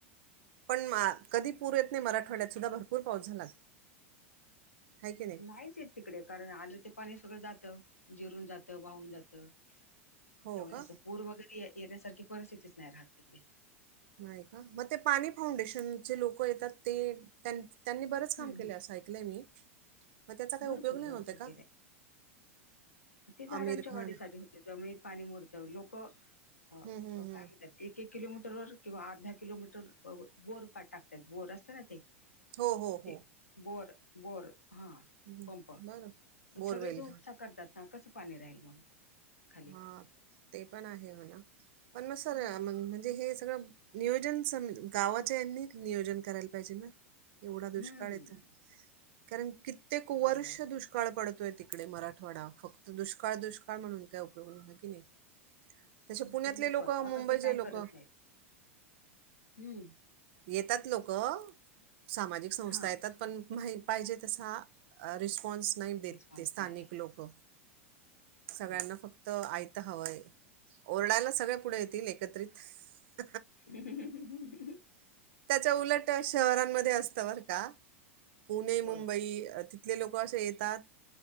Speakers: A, on the right; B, on the left.
A: पण कधी पूर येत नाही मराठवाड्यात सुद्धा भरपूर पाऊस झाला आहे की नाही
B: नाहीच तिकडे कारण आलं ते पाणी सगळं जात जिरून जातं वाहून जात त्यामुळे
A: हो का
B: असं पूर वगैरे येण्यासारखी परिस्थितीच नाही राहत तिकडे
A: नाही का मग ते पाणी फाउंडेशनचे लोक येतात ते त्यांनी बरेच काम
B: हम्म,
A: केले
B: हम्म.
A: असं ऐकलंय मी मग त्याचा काही
B: भरपूर
A: उपयोग नाही
B: भरपूर
A: होत आहे का?
B: गेले ते झाडांच्या
A: आमिर खान.
B: वाढीसाठी होते जमुळे पाणी मुरत लोक अ,
A: हम हम हम
B: काय म्हणतात एक एक किलोमीटर वर किंवा अर्धा किलोमीटर बोर टाकतात बोर असत ना ते
A: हो हो हो
B: ते बोर बोर हा
A: हं.
B: पंप
A: बरं. बोरवेल.
B: सगळे तपसाकार त्या ना कसं पाणी राहील मग खाली
A: हा ते पण आहे हो ना पण मग सर
B: हम्म.
A: म्हणजे हे सगळं नियोजन स गावाच्या यांनी नियोजन करायला पाहिजे ना एवढा दुष्काळ
B: हम्म
A: येत कारण कित्येक वर्ष
B: बरोबर
A: दुष्काळ दुष्काळ पडतोय तिकडे मराठवाडा फक्त दुष्काळ दुष्काळ म्हूनय की नाही त्याच्या
B: मग
A: पुण्यातले
B: तुम्ही स्वतः
A: लोक मुंबईचे
B: का ते काय
A: लोक
B: करत नाहीत हम्म
A: येतात लोक सामाजिक संस्था
B: हा
A: येतात पण मा पाहिजे तसा रिस्पॉन्स नाही देत
B: रिस्पॉन्स
A: स्थानिक
B: नाही
A: लोक
B: खरे
A: सगळ्यांना फक्त आयता हवंय ओरडायला सगळे पुढे येतील एकत्रित
B: ह
A: त्याच्या उलट शहरांमध्ये असत बर का पुणे मुंबई
B: होय
A: तथले लोक असे येतात